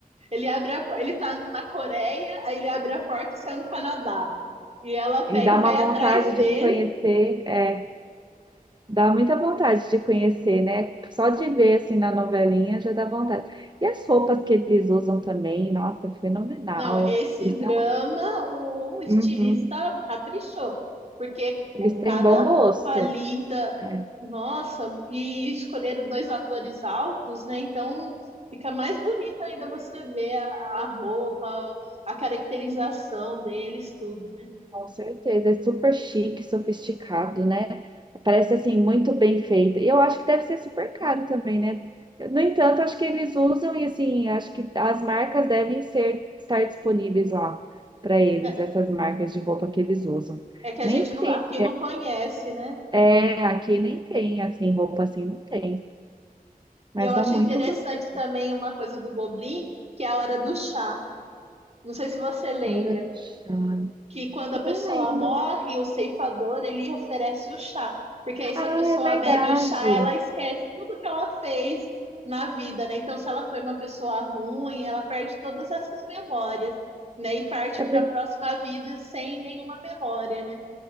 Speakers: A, on the right (about 45°); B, on the right (about 30°).
A: ele abre a, po- ele tá no- na Coreia, aí ele abre a porta e sai no Canadá. E ela
B: <laughs>
A: pega
B: e dá
A: e vai
B: uma vontade
A: atrás dele.
B: de conhecer. é, Dá muita vontade de conhecer, né? Só de ver assim na novelinha já dá vontade. E as roupas que eles usam também, nossa, é fenomenal.
A: Não, esse
B: Eles têm,
A: drama
B: um-
A: o estilista
B: Uhum.
A: caprichou, porque
B: Eles
A: é cada
B: têm bom gosto.
A: roupa linda,
B: É,
A: nossa, e escolheram dois atores altos, né? Então fica mais bonita ainda você ver a, a roupa, a caracterização deles, tudo, né?
B: com certeza. É super chique, sofisticado, né? Parece assim muito bem feita. E eu acho que deve ser super caro também, né? No entanto, acho que eles usam e assim, acho que as marcas devem ser estar disponíveis lá para eles,
A: É,
B: essas marcas de roupa que eles usam.
A: é que a
B: Nem
A: gente não-
B: sei
A: aqui não conhece, né?
B: É, aqui nem tem, assim, roupa assim não tem. Mas
A: E eu
B: são
A: acho
B: muito
A: interessante
B: bonitas.
A: também uma coisa do Goblin, que é a hora do chá. Não sei se você lembra.
B: Hora do chá.
A: que quando a pessoa
B: Não lembro.
A: morre, o ceifador ele oferece o chá, porque aí se
B: Ah,
A: a pessoa
B: é verdade.
A: bebe o chá, ela esquece tudo que ela fez na vida, né? Então, se ela foi uma pessoa ruim, ela perde todas essas memórias, né? E parte
B: É
A: para
B: por-
A: a próxima vida sem nenhuma memória, né?